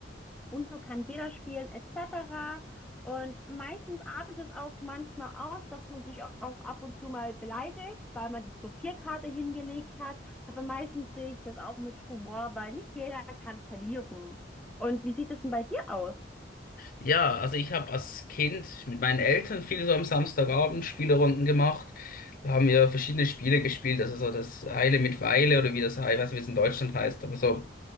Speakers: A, in the centre; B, on the left (about 50°).
A: und so kann jeder spielen, etc. Und meistens artet es auch manchmal aus, dass man sich auch ab und zu mal beleidigt, weil man die Plus-4-Karte hingelegt hat. Aber meistens sehe ich das auch mit Humor, weil nicht jeder kann verlieren. Und wie sieht es denn bei dir aus?
B: Ja, also ich habe als Kind mit meinen Eltern viel so am Samstagabend Spielerunden gemacht. Da haben wir verschiedene Spiele gespielt, also so das Eile mit Weile oder wie das, ich weiß nicht, wie es in Deutschland heißt, aber so.